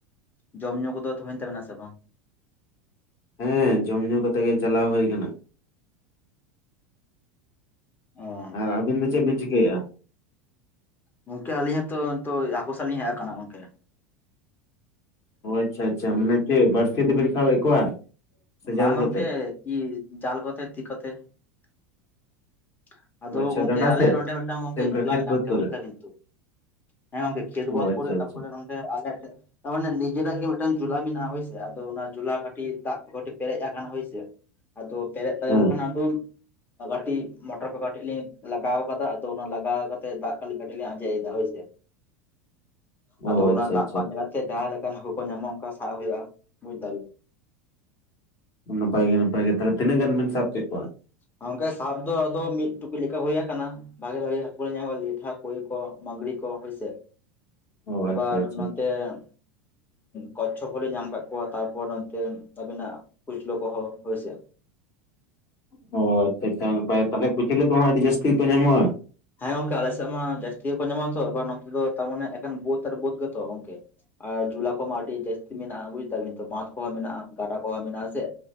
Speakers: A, on the left (about 25°); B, on the left (about 45°).
A: ᱡᱚᱢ ᱧᱩ ᱠᱚᱫᱚ ᱦᱩᱭᱮᱱ ᱛᱟᱹᱵᱤᱱᱟ ᱥᱮ ᱵᱟᱝ?
B: ᱦᱮᱸ ᱡᱚᱢ ᱧᱩ ᱠᱟᱛᱮ ᱜᱮ ᱪᱟᱞᱟᱣ ᱦᱩᱭ ᱟᱠᱟᱱᱟ ᱾
A: ᱚᱸᱻ
B: ᱟᱨ ᱟᱹᱵᱤᱱ ᱫᱚ ᱪᱮᱫ ᱵᱤᱱ ᱪᱤᱠᱟᱹᱭᱮᱜᱼᱟ?
A: ᱜᱚᱝᱠᱮ ᱟᱹᱞᱤᱧ ᱦᱚᱸᱛᱚ ᱱᱤᱛᱚᱜ ᱦᱟᱹᱠᱩ ᱥᱟᱵ ᱞᱤᱧ ᱦᱮᱡ ᱟᱠᱟᱱᱟ ᱜᱚᱝᱠᱮ ᱾
B: ᱚ ᱟᱪᱪᱷᱟ ᱟᱪᱪᱷᱟ ᱢᱟᱱᱮ ᱪᱮᱫ ᱵᱟᱹᱲᱥᱤ ᱛᱮᱵᱤᱱ ᱥᱟᱵᱮᱫ ᱠᱚᱣᱟ? ᱥᱮ
A: ᱵᱟᱝ
B: ᱡᱟᱞ
A: ᱜᱚᱝᱠᱮ
B: ᱠᱟᱛᱮ?
A: ᱛᱤ ᱡᱟᱞ ᱠᱚᱛᱮ ᱛᱤ ᱠᱚᱛᱮ ᱾ ᱟᱫᱚ
B: ᱚ ᱟᱪᱪᱷᱟ
A: ᱜᱚᱝᱠᱮ
B: ᱜᱟᱰᱟ
A: ᱟᱞᱮᱭᱟᱜ
B: ᱥᱮᱫ
A: ᱱᱚᱸᱰᱮ ᱢᱤᱫᱴᱟᱱ ᱜᱚᱝᱠᱮ
B: ᱥᱮ ᱚᱱᱠᱟ
A: ᱡᱩᱞᱟ
B: ᱠᱷᱮᱛ
A: ᱢᱮᱱᱟᱜ
B: ᱵᱟᱹᱫᱽ
A: ᱛᱟᱞᱮᱭᱟ
B: ᱠᱚᱨᱮ
A: ᱵᱩᱡ ᱠᱮᱫᱟ ᱵᱤᱱ ᱛᱚ ᱦᱮᱸ ᱜᱟᱝᱠᱮ ᱠᱷᱮᱛ
B: ᱚ
A: ᱵᱟᱹᱫᱽ
B: ᱟᱪᱪᱷᱟ
A: ᱠᱚᱨᱮ ᱛᱟᱯᱚᱨᱮ
B: ᱟᱪᱪᱷᱟ
A: ᱟᱞᱮ ᱴᱷᱮᱡ ᱛᱟᱨᱢᱟᱱᱮ ᱱᱤᱡᱮᱨᱟᱜ ᱜᱮ ᱢᱤᱫᱴᱟᱹᱝ ᱡᱩᱞᱟ ᱢᱮᱱᱟᱜᱼᱟ ᱦᱳᱭᱥᱮ ᱟᱫᱚ ᱚᱱᱟ ᱡᱩᱞᱟ ᱠᱟᱹᱴᱤᱡ ᱫᱟᱜ <unintelligible> ᱯᱮᱨᱮᱡ ᱟᱠᱟᱱᱟ ᱦᱚᱭᱥᱮ ᱟᱫᱚ ᱯᱮᱨᱮᱡ ᱛᱟᱭᱚᱢ
B: ᱦᱮᱸ
A: ᱠᱷᱟᱱᱟᱜ ᱫᱩ ᱠᱟᱹᱴᱤᱡ ᱢᱚᱴᱚᱨ ᱠᱚ ᱠᱟᱹᱴᱤᱡ ᱞᱤᱧ ᱞᱟᱜᱟᱣ ᱟᱠᱟᱫᱟ ᱟᱫᱚ ᱚᱱᱟ ᱞᱟᱜᱟᱣ ᱠᱟᱛᱮᱫ ᱫᱟᱜ ᱠᱟᱹᱴᱤᱡ ᱞᱤᱧ ᱟᱸᱡᱮᱫ ᱮᱫᱟ ᱦᱚᱭᱥᱮ ᱾
B: ᱚ
A: <inaudible> ᱟᱫᱚ ᱚᱱᱟ
B: ᱟᱪᱪᱷᱟ
A: ᱫᱟᱜ
B: ᱟᱪᱪᱷᱟ
A: ᱯᱟᱸᱡ ᱠᱟᱛᱮ ᱡᱟᱦᱟᱸᱞᱮᱠᱟᱱ ᱦᱟᱹᱠᱩ ᱠᱚ ᱧᱟᱢᱚᱜ ᱚᱱᱠᱟ ᱥᱟᱵ ᱦᱩᱭᱩᱜᱼᱟ ᱵᱩᱡ ᱮᱫᱟ ᱵᱤᱱ ᱾
B: ᱱᱟᱯᱟᱭ ᱜᱮ ᱱᱟᱯᱟᱭ ᱜᱮ ᱛᱟᱦᱚᱞᱮ ᱛᱤᱱᱟᱹᱜ ᱜᱟᱱ ᱵᱤᱱ ᱥᱟᱵ ᱠᱮᱫ ᱠᱚᱣᱟ?
A: ᱜᱚᱢᱠᱮ ᱥᱟᱵ ᱫᱚ ᱟᱫᱚ ᱢᱤᱫ ᱴᱩᱠᱩᱡ ᱞᱮᱠᱟ ᱦᱩᱭ ᱟᱠᱟᱱᱟ ᱾ ᱵᱷᱟᱹᱜᱤ ᱵᱷᱟᱹᱜᱤ ᱦᱟᱹᱠᱩ ᱞᱮ ᱧᱟᱢ ᱞᱤᱴᱷᱟ ᱠᱷᱚᱭ ᱠᱚ ᱢᱟᱜᱽᱨᱤ ᱠᱚ ᱦᱚᱭ ᱥᱮ
B: ᱚ
A: ᱟᱵᱟᱨ
B: ᱟᱪᱪᱷᱟ ᱟᱪᱪᱷᱟ
A: ᱛᱮ <inaudible> ᱠᱚᱪᱷᱚᱯ ᱠᱚᱞᱮ ᱧᱟᱢ ᱟᱠᱟᱫ ᱠᱚᱣᱟ ᱛᱟᱨᱯᱚᱨ ᱚᱱᱛᱮ ᱟᱹᱵᱤᱱᱟᱜ ᱠᱩᱪᱞᱟᱹ ᱠᱚᱦᱚᱸ ᱦᱚᱭᱥᱮ ᱾
B: ᱦᱚᱭ ᱟᱪᱷᱟ ᱟᱪᱷᱟ ᱱᱟᱯᱟᱭ ᱛᱟᱦᱚᱞᱮ ᱠᱩᱪᱞᱟᱹ ᱠᱚᱦᱚᱸ ᱟᱹᱰᱤ ᱡᱟᱹᱥᱛᱤ ᱜᱮᱠᱚ ᱧᱟᱢᱚᱜ-ᱟ?
A: ᱦᱮᱸ ᱜᱚᱝᱠᱮ ᱟᱞᱮ ᱥᱮᱫ ᱢᱟ ᱡᱟᱹᱥᱛᱤ ᱜᱮᱠᱚ ᱧᱟᱢᱚᱜ-ᱟ ᱛᱚ ᱮᱵᱟᱨ ᱱᱚᱛᱮ ᱫᱚ ᱛᱟᱨᱢᱟᱱᱮ ᱮᱠᱮᱱ ᱵᱟᱹᱫ ᱟᱨ ᱵᱟᱹᱫ ᱜᱮᱛᱚ ᱜᱚᱝᱠᱮ ᱾ ᱟᱨ ᱡᱩᱞᱟ ᱠᱚᱢᱟ ᱟᱹᱰᱤ ᱡᱟᱹᱛᱤ ᱜᱮ ᱢᱮᱱᱟᱜ-ᱟ ᱵᱩᱡᱽ ᱮᱫᱟ ᱵᱤᱱ ᱛᱚ ᱵᱟᱸᱫᱷ ᱠᱚᱦᱚᱸ ᱢᱮᱱᱟᱜ-ᱟ ᱾ ᱜᱟᱰᱟ ᱠᱚᱦᱚᱸ ᱢᱮᱱᱟᱜ-ᱟ ᱾ ᱥᱮ